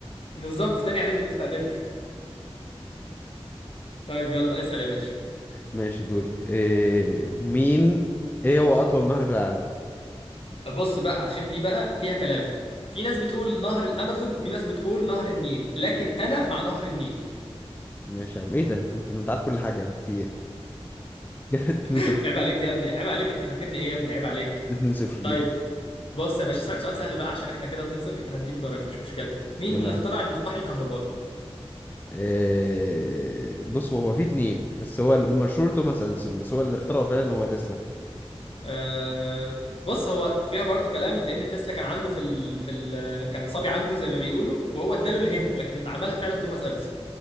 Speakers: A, on the left; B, on the left.
A: بالظبط تاني اعدادي وتالتة اعدادي <laughs> طيب يلا اسأل يا باشا
B: ماشي دوري آه، مين ايه هو اطول نهر في العالم
A: بص بقى عشان دي بقى فيها كلام في ناس بتقول نهر الامازون وفي ناس بتقول نهر النيل لكن انا مع نهر النيل
B: ماشي يا عم ايه ده انت انت عارف كل حاجه يا عم في ايه <laughs> 2
A: <laughs>
B: 0
A: عيب عليك يا ابني عيب عليك انت فاكرني ايه يا ابني عيب عليك
B: 2 0
A: طيب
B: ليك
A: بص يا باشا اسالك سؤال سهل بقى عشان احنا كده 2-0 فانا هديك درجة مش مشكلة مين
B: يلا
A: اللي
B: يا
A: اخترع
B: عم
A: المصباح الكهربائي
B: آه، بص هو في اتنين بس هو المشهور توماس اديسون بس هو اللي اخترعه فعلا هو تسلا
A: أه بص هو فيها برضو كلام لان تسلا كان عنده في ال... في ال... كان صبي عنده زي ما بيقولوا وهو اداله الهنت لكن اللي عملها فعلا توماس اديسون